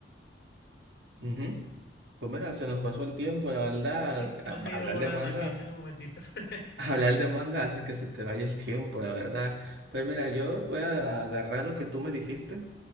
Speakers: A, on the right; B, on the left.
A: Ujú. Pues mira, se nos pasó el tiempo, la verdad.
B: sí, se
A: a-
B: nos ha ido
A: Hablar
B: volando
A: de manga.
B: aquí en un momentito. <laughs>
A: Hablar de manga hace que se te vaya el tiempo, la verdad. Pues mira, yo voy a agarrar lo que tú me dijiste